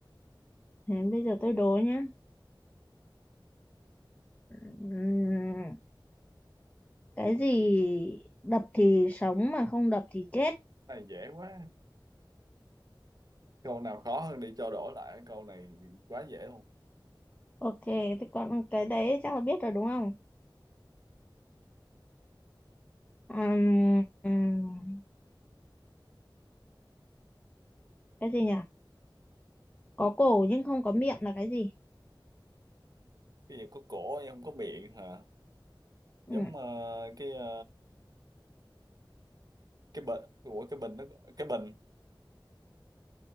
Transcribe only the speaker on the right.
Cái này dễ quá câu nào khó hơn đi cho đổi lại câu này quá dễ luôn
cái gì có cổ nhưng không có miệng hả giống
ờ, cái ờ, cái bình của cái bình nó cái bình